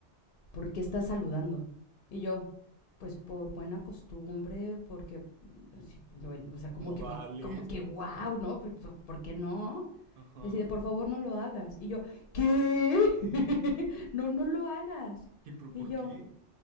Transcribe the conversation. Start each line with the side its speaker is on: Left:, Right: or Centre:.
Left: ¿por qué estás saludando? Y yo, pues por buena costumbre, porque, mm, sí, bueno, o sea, como
Right: modales.
Left: que me, como que wow, ¿no? Pues, ¿Por por qué no?
Right: Ajá.
Left: Y así de, por favor, no lo hagas. Y yo, ¿qué? <laughs> no, no lo hagas.
Right: ¿Y pero
Left: Y
Right: por
Left: yo,
Right: qué?